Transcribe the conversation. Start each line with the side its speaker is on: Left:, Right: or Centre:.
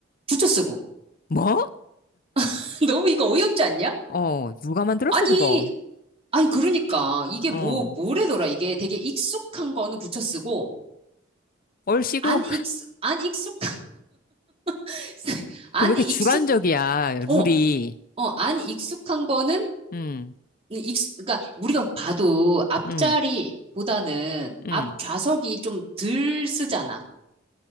Right: 붙여 쓰고.
Left: 뭐?
Right: <laughs> 너무 이거 어이없지 않냐?
Left: 어, 누가 만들었어,
Right: 아니,
Left: 그거?
Right: 아니 그러니까 이게
Left: 어.
Right: 뭐 뭐래더라. 이게 되게 익숙한 거는 붙여 쓰고
Left: 얼씨구?
Right: 안 익숙 안 익숙 <laughs> 안
Left: 그 왜 이렇게
Right: 익숙
Left: 주관적이야,
Right: 어,
Left: 룰이.
Right: 어, 안 익숙한 거는
Left: 응,
Right: 익, 그러니까 우리가 봐도 앞자리보다는
Left: 응, 응.
Right: 앞 좌석이 좀 덜 쓰잖아.